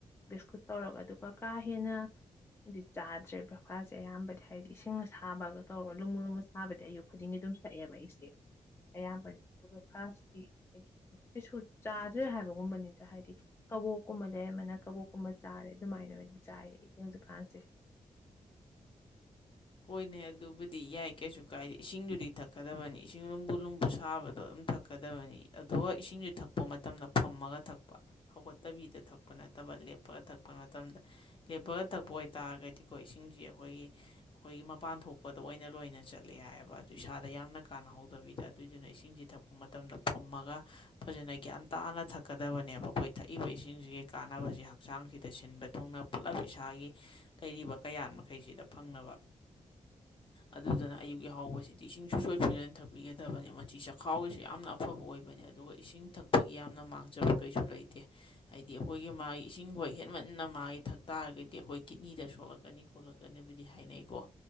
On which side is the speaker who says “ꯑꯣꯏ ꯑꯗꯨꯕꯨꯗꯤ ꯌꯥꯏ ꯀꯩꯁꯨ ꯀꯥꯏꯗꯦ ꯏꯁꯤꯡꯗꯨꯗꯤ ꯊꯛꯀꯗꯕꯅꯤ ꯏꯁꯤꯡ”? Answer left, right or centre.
Left